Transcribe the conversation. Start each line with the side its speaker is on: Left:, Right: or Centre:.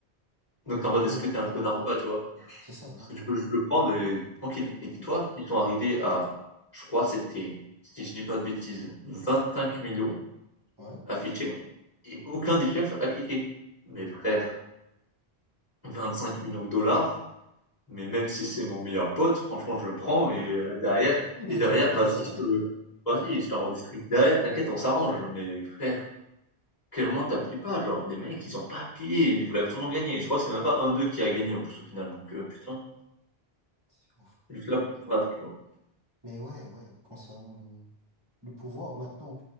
Left: Donc tu en mode:
Right: Oh,
Left: «Est-ce que t'es un
Right: ouais.
Left: connard ou pas?» tu vois?
Right: C'est ça, ouais.
Left: Parce que tu peux juste le prendre et tranquille et dis-toi, ils sont arrivés à, je crois, c'était, si je dis pas de bêtises, 25 millions
Right: Ouais.
Left: affichés et aucun des chefs a cliqué. Mais frère, 25 millions de dollars, mais même si c'est mon meilleur pote, franchement, je le prends et euh, derrière,
Right: Et
Left: et derrière,
Right: tu partages
Left: vas-y,
Right: avec.
Left: je te le- vas-y,
Right: Ouais,
Left: je t'en redistribue derrière, t'inquiète, on s'arrange. Mais frère, quel moment t'appuies pas? Genre, les mecs, ils ont pas appuyé, ils voulaient absolument gagner. Et je crois que c'est même pas un d'eux qui a gagné en plus au final. Donc, euh, putain,
Right: c'est ouf.
Left: juste là pour te battre, genre.
Right: Mais ouais, ouais, concernant le, le pouvoir maintenant